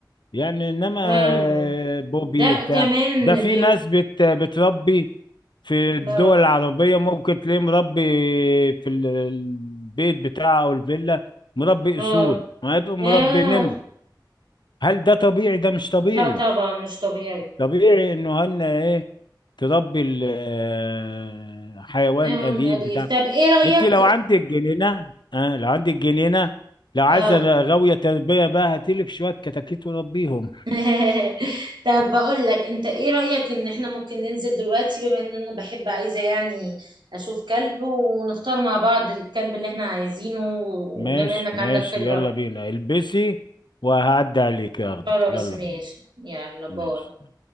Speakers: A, on the left; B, on the right.
A: يعني انما
B: آه،
A: آه، بوبي
B: ده
A: بتاع
B: كمان
A: ده في
B: بيبقى
A: ناس بت بتربي في الدول
B: اه
A: العربية ممكن تلاقيه مربي في ال- البيت بتاعه او الفيلا مربي
B: آه.
A: اسود ما يبقى مربي
B: آه
A: نمر هل ده طبيعي ده مش طبيعي
B: لا طبعا مش طبيعي
A: طبيعي انه هن ايه تربي ال- آه، حيوان
B: حيوان
A: أليف
B: أليف
A: بتاع
B: طب إيه رأيك
A: انت لو عندك جنينة اه لو عندك جنينة لو عايزة
B: آه
A: غاوية تربية بقى هاتيلك شوية كتاكيت وربيهم
B: <laughs> طب بقول لك أنت إيه رأيك إن إحنا ممكن ننزل دلوقتي بما إن أنا بحب عايزة يعني أشوف كلب ونختار مع بعض الكلب اللي إحنا عايزينه وبما
A: ماشي
B: إنك
A: ماشي
B: عندك خبرة
A: يلا بينا البسي وهعدي عليك اخدك
B: خلاص
A: يلا
B: ماشي
A: بينا
B: يلا باي
A: ماشي